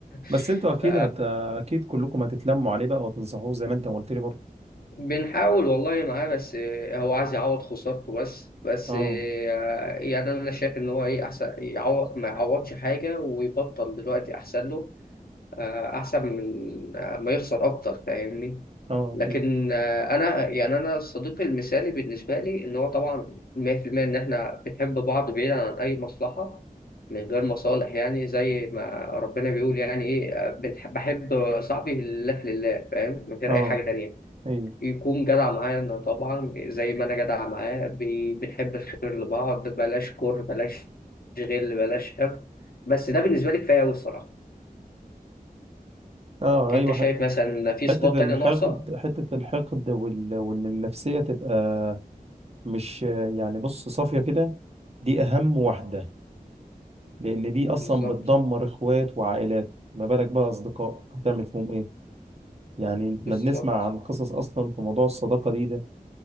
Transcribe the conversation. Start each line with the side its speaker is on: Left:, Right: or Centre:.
Right: بس
Left: <laughs>
Right: انتوا اكيد
Left: ف
Right: هت... اكيد كلكم هتتلموا عليه بقى وتنصحوه زي ما انت ما قلت لي برضه
Left: بنحاول والله معاه بس آه، هو عايز يعوض خسارته بس بس
Right: اه
Left: آه، يعني انا شايف ان هو ايه احسن يعوض ما يعوضش حاجه ويبطل دلوقتي احسن له آه، احسن من آه، ما يخسر اكتر فاهمني
Right: اه
Left: لكن
Right: اكيد
Left: آه، انا يعني انا صديقي المثالي بالنسبه لي ان هو طبعا 100% ان احنا بنحب بعض بعيدا عن اي مصلحه من غير مصالح يعني زي ما ربنا بيقول يعني ايه آه، بنح- بحب صاحبي لله في لله فاهم من غير
Right: اه
Left: اي حاجه تانية
Right: ايوه
Left: يكون جدع معانا طبعا زي ما انا جدع معاه بي- بنحب الخير لبعض بلاش كره بلاش غل بلاش حقد بس ده بالنسبه لي كفايه قوي الصراحه
Right: اه
Left: انت
Right: ايوه
Left: شايف
Right: حت...
Left: مثلا في
Right: حته
Left: صفات تانية
Right: الحقد
Left: ناقصه
Right: حته الحقد وال... وان النفسيه تبقى مش يعني بص صافيه كده دي اهم واحده لان دي
Left: بالظبط
Right: اصلا بتدمر اخوات وعائلات ما بالك بقى اصدقاء هتعمل فيهم ايه يعني
Left: بالظبط
Right: احنا بنسمع عن قصص اصلا في موضوع الصداقه دي ده